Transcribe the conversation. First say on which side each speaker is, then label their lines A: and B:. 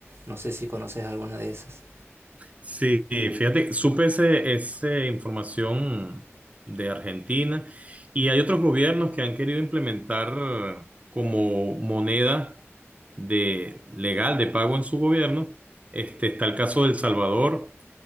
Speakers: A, on the right; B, on the right.
A: No sé si conoces alguna de esas.
B: Sí, fíjate, supe ese, esa información de Argentina y hay otros gobiernos que han querido implementar como moneda de, legal de pago en su gobierno. Este, está el caso de El Salvador,